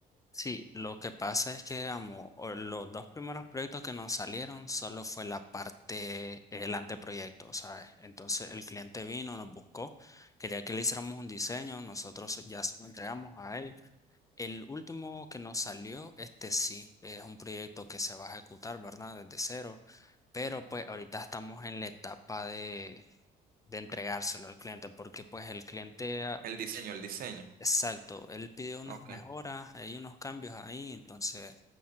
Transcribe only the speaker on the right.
El diseño, el diseño.
Ok.